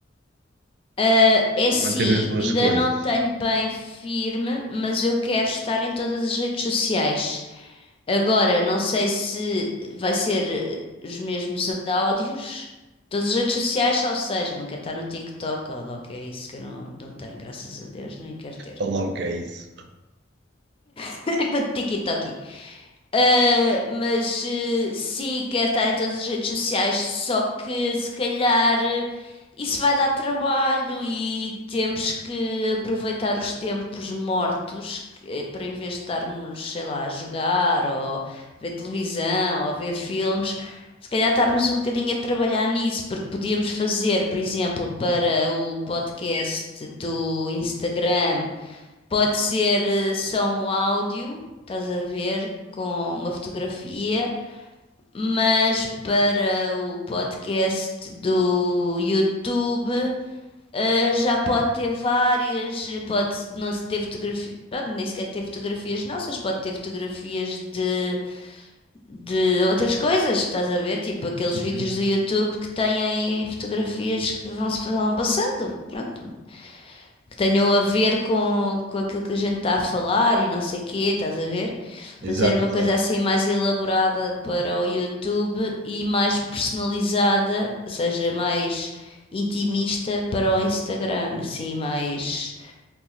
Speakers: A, on the left; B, on the right.
A: Ah, é assim,
B: E manter as duas
A: ainda
B: coisas.
A: não tenho bem firme, mas eu quero estar em todas as redes sociais. Agora, não sei se vai ser eh, os mesmos áudios. Todas as redes sociais, ou seja, não quero estar no TikTok, ó, logo que é isso que eu não, não tenho, graças a Deus, nem quero ter.
B: Aloca isso.
A: <laughs> TikTok. Uh, mas uh, sim, quero estar em todas as redes sociais, só que se calhar uh, isso vai dar trabalho e temos que aproveitar os tempos mortos que- eh, para em vez de estarmos, sei lá, a jogar ou ver televisão ou ver filmes, se calhar estarmos um bocadinho a trabalhar nisso, porque podíamos fazer, por exemplo, para o podcast do Instagram. Pode ser eh, só um áudio, estás a ver, com uma fotografia, mas para o podcast do YouTube, eh, já pode ter várias, pode não se ter fotografias, pode nem sequer ter fotografias nossas, pode ter fotografias de, de outras coisas, estás a ver, tipo aqueles
B: Uhum.
A: vídeos do YouTube que têm fotografias que vão, se- vão passando, pronto que tenham a ver com, com aquilo que a gente está a falar e não sei quê, estás a ver?
B: Exato,
A: Fazer uma
B: exato.
A: coisa assim mais elaborada para o YouTube e mais personalizada, ou seja, mais intimista para o Instagram, assim, mais,